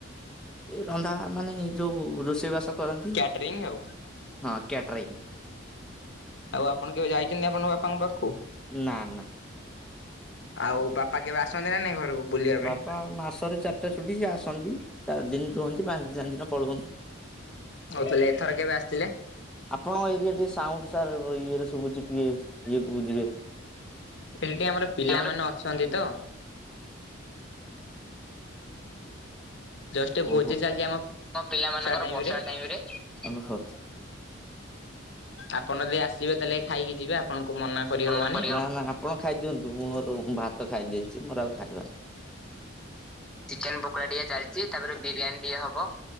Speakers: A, in the centre; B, on the left.
A: ରନ୍ଧା ମାନେ ଯୋଉ ରୋଷେଇ ବାସ କରନ୍ତି
B: କ୍ୟାଟରିଂ ଆଉ।
A: ହଁ କ୍ୟାଟରିଙ୍ଗ।
B: ଆଉ ଆପଣ କେବେ ଯାଇଛନ୍ତି ଆପଣଙ୍କ ବାପାଙ୍କ ପାଖକୁ?
A: ନା ନା।
B: ଆଉ ବାପା କେବେ ଆସନ୍ତି ନା ନାଇଁ ଘରକୁ? ବୁଲିବା ପାଇଁ?
A: ବାପା ମାସରେ ଚାରିଟା ଛୁଟି ସେ ଆସନ୍ତି ଚାରି ଦିନ ରୁହନ୍ତି ପାଞ୍ଚ ଦିନ ପାଞ୍ଚ ଦିନ ପଳୁଅନ୍ତି।
B: ହଉ ତାହେଲେ ଏଥର କେବେ ଆସିଥିଲେ?
A: ଆପଣଙ୍କ ଏରିଆ ଟିକେ ସାଉଣ୍ଡ ସାର୍ ଇଏରେ ଶୁଭୁଛି କିଏ ଇଏ କୁ ଯିବେ।
B: ଏଇଠି ଆମର ପିଲାମାନୋନେ
A: ଓହୋ।
B: ଅଛନ୍ତି ତ। ଜଷ୍ଟ ଭୋଜି
A: ଓହୋ ଆମ
B: ଚାଲିଛି
A: ପିଲାମାନଙ୍କର
B: ଟାଇମ
A: ବର୍ଷା
B: ରେ
A: ଟାଇମରେ ଓହୋ।
B: ଆପଣ ଯଦି ଆସିବେ ତାହେଲେ ଖାଇକି ଯିବେ ଆପଣଙ୍କୁ ମନା କରିହବନି
A: ନା ନା ଆପଣ ଖାଇଦିଅନ୍ତୁ ମୁଁ ମୋର ଭାତ ଖାଇ ଦେଇେଇଛି ମୋର ଆଉ ଖାଇବା ଚିକେନ ପକୋଡା ଟିକେ ଚାଲିଛି ତାପରେ ବିରିୟାନୀ ଟିକେ ହବ।